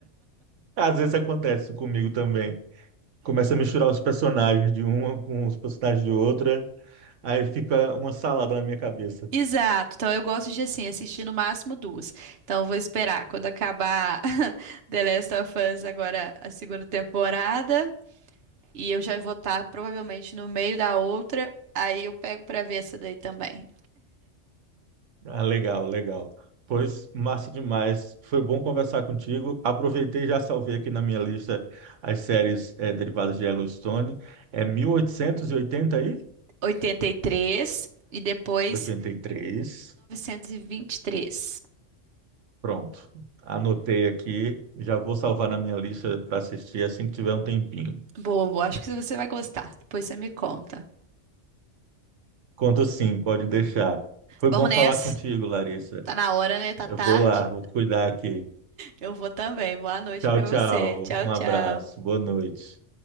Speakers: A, on the right (about 75°); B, on the right (about 60°).
A: Às vezes acontece comigo também. Começa a misturar os personagens de uma com os personagens de outra, aí fica uma salada na minha cabeça.
B: Exato. Então eu gosto de assim assistir no máximo duas. Então eu vou esperar quando acabar <laughs> The Last of Us agora a segunda temporada e eu já vou estar provavelmente no meio da outra. Aí eu pego pra ver essa daí também.
A: Ah, legal, legal. Pois, massa demais. Foi bom conversar contigo. Aproveitei e já salvei aqui na minha lista as séries eh, derivadas de Yellowstone. É mil oitocentos e oitenta oitenta aí,
B: oitenta e três e depois
A: 83.
B: 1923.
A: Pronto. Anotei aqui. Já vou salvar na minha lista para assistir assim que tiver um tempinho.
B: Boa, boa. Acho que você vai gostar. Depois você me conta.
A: Conto sim, pode deixar. Foi
B: Vamos
A: bom falar
B: nessa.
A: contigo, Larissa.
B: Tá na hora, né? Tá
A: Eu
B: tarde.
A: vou lá, vou cuidar aqui.
B: Eu vou também. Boa noite
A: Tchau,
B: pra
A: tchau.
B: você. Tchau,
A: Um
B: tchau.
A: abraço. Boa noite.